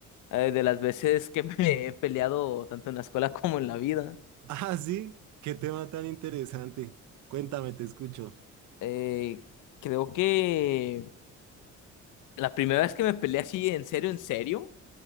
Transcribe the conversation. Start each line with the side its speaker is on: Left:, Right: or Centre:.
Left: eh, de las veces que me <laughs> he peleado tanto en la escuela como en la vida.
Right: <laughs> Ah, sí, qué tema tan interesante. Cuéntame, te escucho.
Left: Eh, creo que la primera vez que me peleé así, en serio, en serio,